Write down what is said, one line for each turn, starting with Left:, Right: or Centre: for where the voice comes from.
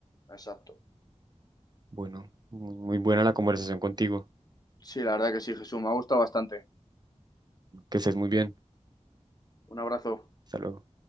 Left: Exacto.
Right: Bueno, muy muy buena la conversación contigo.
Left: Sí, la verdad que sí, Jesús, me ha gustado bastante.
Right: Que estés muy bien.
Left: Un abrazo.
Right: Hasta luego.